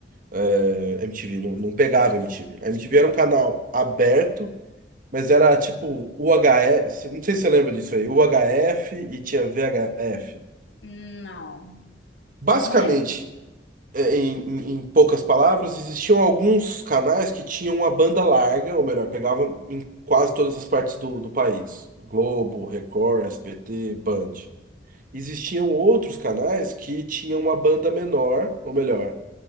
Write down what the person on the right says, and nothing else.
É, MTV, não, não pegava MTV. A MTV era um canal aberto Mas era tipo UHF, não sei se você lembra disso aí, UHF e tinha VHF.
Basicamente,
é, em, em- em poucas palavras, existiam alguns canais que tinham uma banda larga, ou melhor, pegavam em quase todas as partes do, do país. Globo, Record, SBT, Band. Existiam outros canais que tinham uma banda menor, ou melhor,